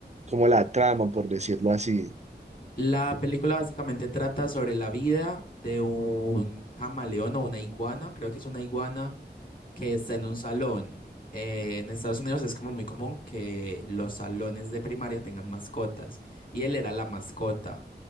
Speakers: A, on the right; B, on the left.
A: cómo la trama, por decirlo así.
B: La película básicamente trata sobre la vida de un camaleón o una iguana, creo que es una iguana, que está en un salón. Eh, en Estados Unidos es como muy común que los salones de primaria tengan mascotas y él era la mascota.